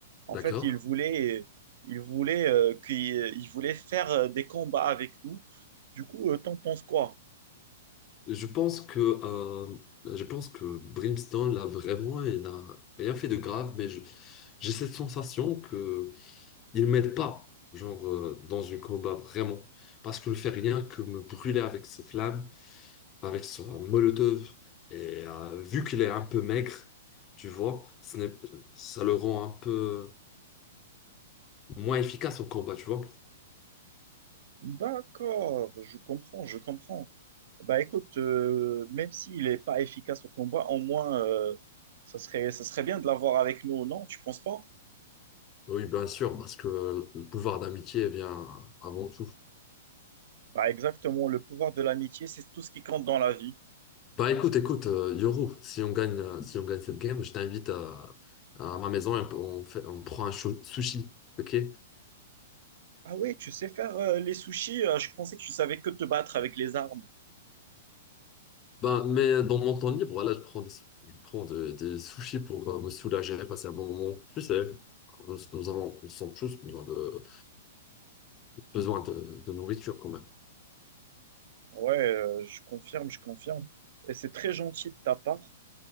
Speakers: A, on the right; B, on the left.
A: En
B: D'accord?
A: fait, il voulait, il voulait, euh, qu'il, il voulait faire euh, des combats avec nous. Du coup, euh, t'en penses quoi?
B: Je pense que, euh, je pense que Brimstone, là, vraiment, il n'a rien fait de grave, mais je- j'ai cette sensation que il m'aide pas, genre, euh, dans un combat, vraiment. Parce qu'il ne fait rien que me brûler avec ses flammes, avec son molotov. Et euh, vu qu'il est un peu maigre, tu vois, ce n'est- ça le rend un peu moins efficace en combat, tu vois.
A: D'accord, je comprends, je comprends. Bah écoute, euh, même s'il n'est pas efficace au combat, au moins, euh, ça serait, ça serait bien de l'avoir avec nous, non? Tu penses pas?
B: Oui, bien sûr, parce que euh, le pouvoir d'amitié vient avant tout.
A: Bah exactement, le pouvoir de l'amitié, c'est tout ce qui compte dans la vie.
B: Bah écoute, écoute, euh, Yoru, si on gagne, euh, si on gagne cette game, je t'invite à, à ma maison et on, peut- on fait, on prend un chou- sushi, ok?
A: Ah ouais, tu sais faire euh, les sushis, euh, je pensais que tu savais que te battre avec les armes.
B: Bah, mais dans mon temps libre, voilà, je prends des, su- je prends de- des sushis pour euh, me soulager, passer un bon moment. Tu sais, nous, nous avons, nous sommes tous besoin de, besoin de, de nourriture quand même.
A: Ouais, euh, je confirme, je confirme. Et c'est très gentil de ta part.